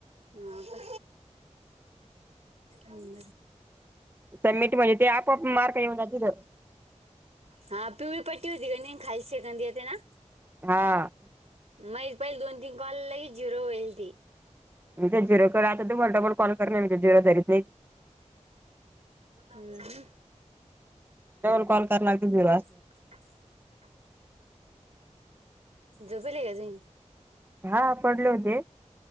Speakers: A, on the right; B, on the right.
A: हां का? हम.
B: संमिट म्हणजे ते आपो-आप मार्क येऊन जातील.
A: हां पिवळी पट्टी होतीका नाही, खाली सेकंद येते ना.
B: हा!
A: मै पहिल दोन तीन कॉल लयी झिरो होयेल ती.
B: ते झिरोकडे आता तुब डबलकॉल कर नाही, म्हते झिरोधरीत
A: अं
B: टवल कॉल करनार की दिवा
A: <inaudible> जपले का नाही?
B: हा पडले होते.